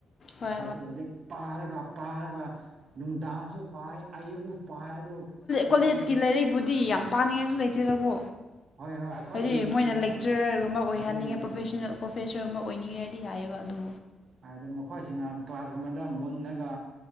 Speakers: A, on the left; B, on the right.
A: ꯍꯣꯏ
B: ꯃꯈꯣꯏꯁꯤ ꯂꯥꯏꯔꯤꯛ ꯄꯥꯔꯒ ꯄꯥꯔꯒ ꯅꯨꯡꯗꯥꯡꯁꯨ ꯄꯥꯏ ꯑꯌꯨꯛꯁꯨ ꯄꯥꯏ ꯑꯗꯨ ꯃꯈꯣꯏꯁꯤ
A: ꯀꯣꯂꯦꯖꯀꯤ ꯂꯥꯏꯔꯤꯛꯄꯕꯨꯗꯤ ꯌꯥꯝ ꯄꯥꯅꯤꯡꯉꯥꯏꯁꯨ ꯂꯩꯇꯦꯗꯀꯣ
B: ꯍꯣꯏ ꯍꯣꯏ ꯑꯩꯈꯣꯏꯒꯤ
A: ꯍꯥꯏꯗꯤ ꯃꯣꯏꯅ
B: ꯀꯔꯤ ꯍꯥꯏꯁꯤꯔ
A: ꯂꯦꯛꯆꯔ ꯑꯃ ꯑꯣꯏꯍꯟꯅꯤꯡꯉꯦ
B: ꯑꯗꯨꯅꯦ
A: ꯄ꯭ꯔꯣꯐꯦꯁꯅꯦꯜ
B: ꯑꯗꯨꯅꯦ
A: ꯄ꯭ꯔꯣꯐꯦꯁꯔ ꯑꯃ ꯑꯣꯏꯅꯤꯡꯉꯗꯤ ꯌꯥꯏꯌꯦꯕ ꯑꯗꯨ
B: ꯍꯥꯏꯗ ꯃꯈꯣꯏꯁꯤꯅ ꯀꯂ꯭ꯥꯁ ꯀꯨꯝꯕꯗ ꯃꯨꯟꯅꯒ